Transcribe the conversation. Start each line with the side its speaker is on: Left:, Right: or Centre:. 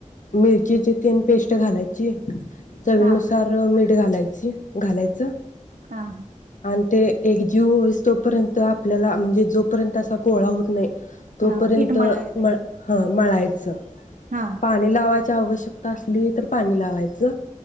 Left: मिरचीची तीन पेस्ट घालायची चवीनुसार
Right: हा
Left: मीठ घालायची घालायचं
Right: हा
Left: आणि ते एक जीव होईस तोपर्यंत आपल्याला म्हण ते जोपर्यंत असा गोळा होत नाही तोपर्यंत
Right: हा पीठ मळल्या गत आहे.
Left: मळ हा मळायचं
Right: हा
Left: पाणी लावायची आवश्यकता असली तर पाणी लावायचं